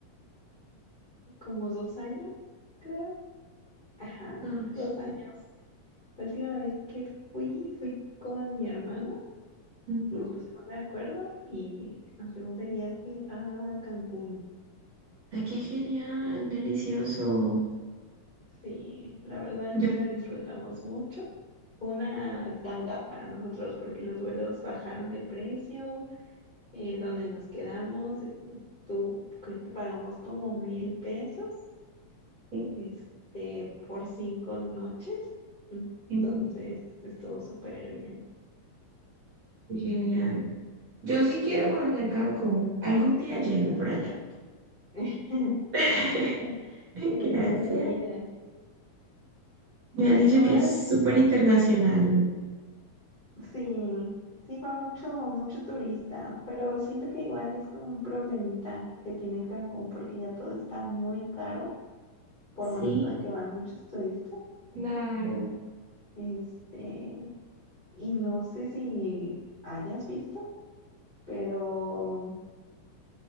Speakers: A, on the left (about 45°); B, on the right (about 50°).
A: como dos años, creo. Ajá,
B: Ay,
A: dos años. La última vez que fui, fui con mi hermano,
B: ujú.
A: nos pusimos de acuerdo y nos fuimos de viaje a Cancún.
B: Ay, qué genial, delicioso.
A: Sí, la verdad
B: Yo,
A: la disfrutamos mucho. Fue una ganga para nosotros porque los vuelos bajaron de precio eh, donde nos quedamos, eh, tú creo que pagamos como mil pesos,
B: sí,
A: este, por cinco noches.
B: sí,
A: Entonces, estuvo súper bien.
B: qué genial. Yo sí quiero conocer Cancún. Algún día llego por allá.
A: <laughs>
B: <laughs>
A: Bienvenida, eres
B: Gracias.
A: bienvenida.
B: Me
A: Y
B: han dicho
A: tú
B: que
A: has,
B: es súper internacional. ¿no?
A: sí, sí va mucho, mucho turista, pero siento que igual es como un problemita que tiene Cancún porque ya todo está muy caro, por
B: Sí,
A: lo mismo de que van muchos turistas.
B: claro.
A: Este, y no sé si hayas visto, pero,